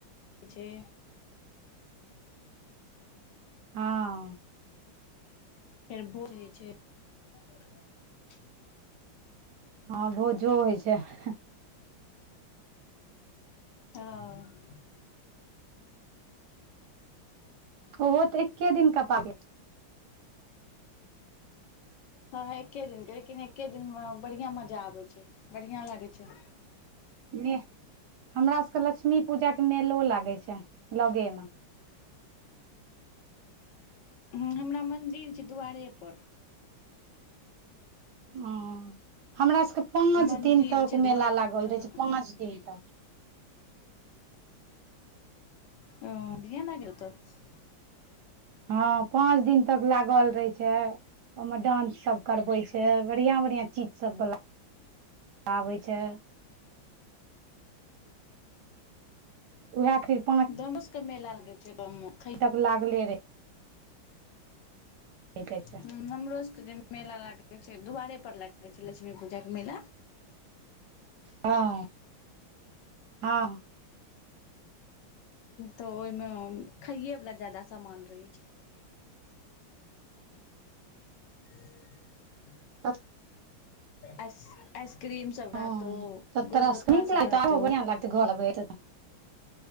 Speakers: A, on the left (about 70°); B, on the right (about 70°).
A: छै
B: हँ
A: फेर भोज होइ छै <unintelligible>
B: हँ भोजो होइ छैय
A: हँ
B: ओहो तऽ एक्े दिन कऽ <unintelligible>
A: हँ हँ एके दििने लेकिन एक्े दिनमे बढ़िआं मजा आबैत छै बढ़िआं लागै छै
B: मे हमरा सबके लक्ष्मी पूजाके मेलो लागैत छै लगेमऽ
A: हू हमरा मन्दिर छै दुआरे पर
B: ओ हमरा सबके पाँच
A: मन्दिर
B: दिन तक
A: छै
B: मेला
A: दुआर
B: लागल
A: पर तऽ
B: रहै छै पाँच दिन तक
A: ओ <unintelligible>
B: हँ पाँच दिन तक लागल रहे छै ओमे डानंस सब करवे छै बढ़िआँ बढ़िआँ चीज सब बला आबै छैय उएह <unintelligible>
A: <unintelligible> कऽ मेला लगै छै गाँं मऽ
B: तक लागले रहै जाइ छै
A: हू हमरो सबके जे मेला लागै छै दुआारे पर लागे छै लक्ष्मी पूजा कऽ मेला
B: हँ हँ
A: तऽ ओहिमे खाइेवला ज्यदा सामान रहै छै <inaudible>
B: अत <inaudible>
A: आस आइसक्रीम सब
B: हँ
A: रहतो
B: तऽ तोरा
A: गोलगप्पा
B: सबके नीक
A: सब
B: लागतौ
A: रहतो
B: आरो बढ़ियां लागतै घर बैत तऽ